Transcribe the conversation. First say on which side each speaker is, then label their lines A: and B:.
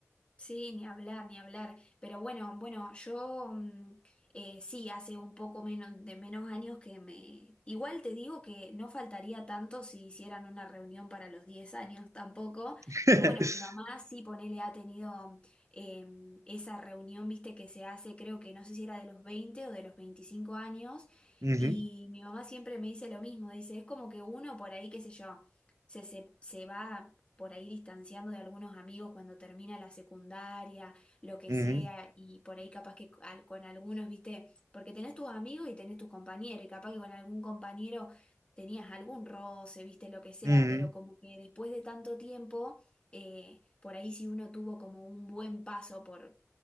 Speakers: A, on the left; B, on the right.
A: Sí, ni hablar, ni hablar. Pero bueno, bueno, yo mm, eh, sí, hace un poco menos de menos años que me... Igual te digo que no faltaría tanto si hicieran una reunión para los 10 años tampoco,
B: <laughs>
A: pero bueno, mi mamá sí, ponele, ha tenido eh, esa reunión, viste, que se hace, creo que no sé si era de los 20 o de los 25 años,
B: Ujú,
A: y mi mamá siempre me dice lo mismo, dice, es como que uno por ahí, qué sé yo. Se, se, se va por ahí distanciando de algunos amigos cuando termina la secundaria, lo que
B: ujú,
A: sea, y por ahí capaz que al- con algunos, viste, porque tenés tus amigos y tenés tus compañeros, y capaz que con algún compañero tenías algún roce, viste, lo que sea,
B: ujú.
A: pero como que después de tanto tiempo, eh, por ahí si uno tuvo como un buen paso por...